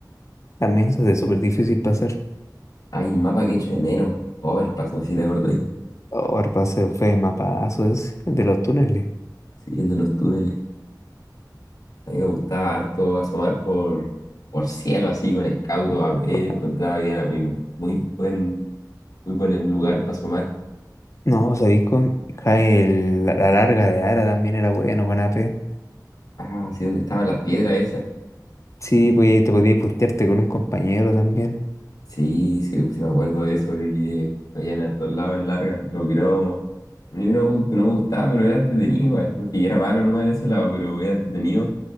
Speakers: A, on the left; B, on the left.
A: También se hace súper difícil pasar.
B: Hay un mapa que echo de menos, Overpass, no sé si te acordáis.
A: Oh, el pase fue mapazo, es el de los túneles.
B: Sí, el de los túneles. A mí me gustaba harto asomar por, por cielo así con escauto a ver,
A: Por favor.
B: encontraba que era muy, muy buen, muy buen lugar para asomar.
A: No, o sea, ahí con ja, el- la, la larga de Ara también era bueno con AP.
B: Ah, sí, donde estaban las piedras esas.
A: Sí, pues ahí te podías putearte con un compañero también.
B: Sí, sí, sí me acuerdo de eso, de que había en hartos lados en largas. Lo que no, lo único que no, que no me gustaba, pero era entretenido igual, porque yo era malo nomás en ese lado, pero era entretenido.